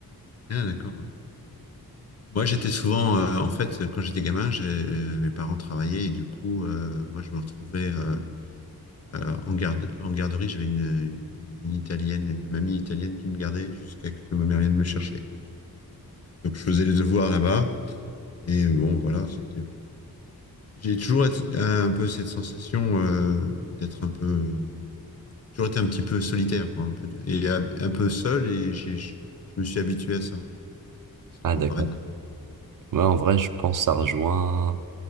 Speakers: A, on the left; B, on the right.
A: Ah, d'accord, ouais. Moi, j'étais souvent, euh, en fait, quand j'étais gamin, j'ai- euh, mes parents travaillaient et du coup, euh, moi, je me retrouvais euh, Euh, en, garde, en garderie, j'avais une, une, une italienne, une mamie italienne qui me gardait jusqu'à ce que ma mère vienne me chercher. Donc je faisais les devoirs là-bas. Et bon, voilà, c'était. J'ai toujours été- un peu cette sensation euh, d'être un peu, toujours été un petit peu solitaire, quoi, un peu, et un peu seul. Et j'ai, je je me suis habitué à ça. Ça
B: Ah
A: peut
B: d'accord.
A: paraître.
B: Ouais, en vrai, je pense que ça rejoint